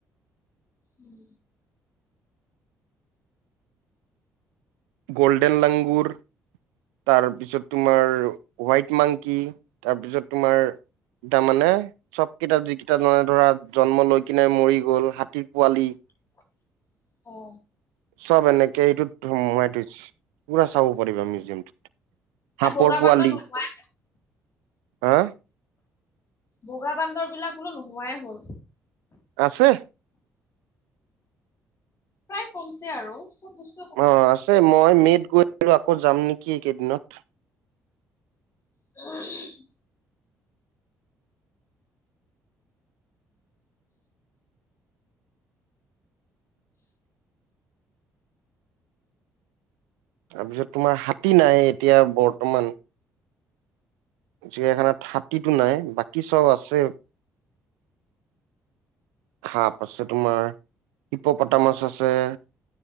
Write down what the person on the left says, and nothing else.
উম।
<inaudible> অঁ।
এ
বগা
বান্দৰ নোহোৱাই
বগা বান্দৰ বিলাক বোলো নোহোৱাই হ'ল।
প্ৰায় কমছে আৰু চ'ব বস্তু।
<unintelligible>